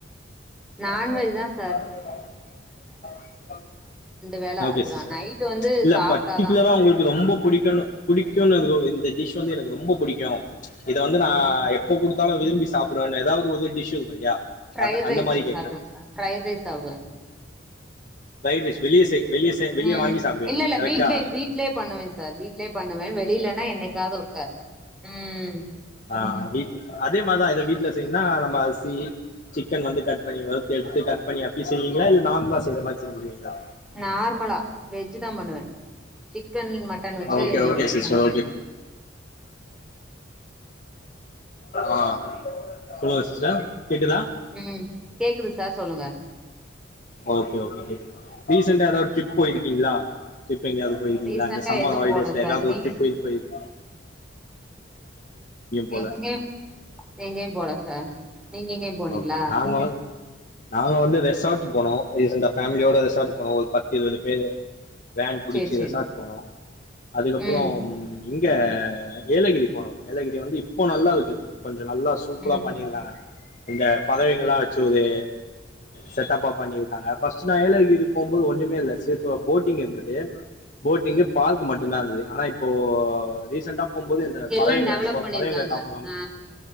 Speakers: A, in the centre; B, on the left.
A: நான்வெஜ்
B: <unintelligible>
A: தான் சார். வேலை அப்படிதான்
B: சிஸ்டர்
A: நைட் வந்து
B: இல்ல
A: சாஃடா
B: பர்ட்டிகுலரா
A: தான்
B: உங்களுக்கு ரொம்ப பிடிக்கும்னு பிடிக்கும் இந்த டிஷ் வந்து எனக்கு ரொம்ப பிடிக்கும் இதை வந்து நான்
A: ம்.
B: எப்ப கொடுத்தாலும் விரும்பி சாப்பிடுவேன்னு அதாவதொரு டிஷ்
A: ஃப்ரைட்
B: அத அந்த
A: ரைஸ்
B: மாரி கேக்குறே
A: சாப்டுவேன் சார் ஃப்ரைட் ரைஸ் சாப்டுவேன் ஆ
B: வைதேஷ் வெளிய செய் வெளிய செய் வெளிய
A: உம்
B: வாங்கி சாப்பிடுவீங்க
A: இல்ல இல்ல
B: கரெக்டா
A: வீட்லயே வீட்லயே பண்ணுவேன் சார் வீட்லயே பண்ண வெளிலன்னா என்னைக்காது ஒருக்கா உம்
B: ஆஹ் வீட்ல அதே மாதிரிதான் இத வீட்டுல செய்யுன்னா நம்ம அரிசி சிக்கன் வந்து கட் பண்ணி வறுத்து எடுத்து கட் பண்ணி அப்படியே செய்வீங்களா இல்ல நார்மலா செய்யற மாதிரி செஞ்சிருவீங்களா
A: நார்மலா வெஜ் தான் பண்ணுவேன். சிக்கன், மட்டன் வச்சு
B: ஓகே ஓகே சிஸ்டர்
A: பண்ண தெரியாது.
B: ஆஹ் சொல்லுங்க சிஸ்டர் கேட்குதா
A: ம். கேக்குது சார் சொல்லுங்க.
B: ஓகே ஓகே கே ரீசன்டா ஏதாவது ட்ரிப் போயிருக்கீங்களா ட்ரிப் எங்கேயாவது போயிருக்கீங்களா
A: ரீசென்டா
B: இந்த சம்மர்
A: எதுவும்
B: ஹாலிடேஸ்ல
A: போல சார்.
B: ஏதாவது
A: நீங்க
B: ஒரு ட்ரிப் போயிருக்கங்களா போல
A: எங்க எங்கேயும் போல சார் நீங்க எங்கயும் போனீங்களா
B: ஓகே நாங்க வந்து நாங்க வந்து ரெசார்ட் போனோம் ரீசன்டா பேமிலியோட ரெசார்ட் போனோம் ஒரு பத்து இருவது பேரு வந்து வேன் புடிச்சு
A: சேரி
B: இத
A: சேரி.
B: ரெசார்ட் போனோம் அதுக்கப்புறம்
A: ம்.
B: இங் ங்க ஏலகிரி போனோம் ஏலகிரி வந்து இப்போ நல்லா இருக்கு கொஞ்சம் நல்லா சூப்புர
A: ம்.
B: பண்ணியிருக்காங்க இந்த பதவிங்கலாம் வச்சு ஒது செட்டப்பா பண்ணிருக்காங்க பர்ஸ்ட் ஏலகிரி போம் போது ஒண்ணமே இல்ல சே வ போட்டிங் இருந்தது போட்டிங் பார்க்மட்டும் தான் இருந்தது ஆனா இப்போ ரீசன்டா போகும்போது இந்த
A: எல்லாம்
B: பழையங்க
A: டெவலப் பண்ணிருக்காங்க.
B: பழையங்க காப்பகம்
A: ஆ.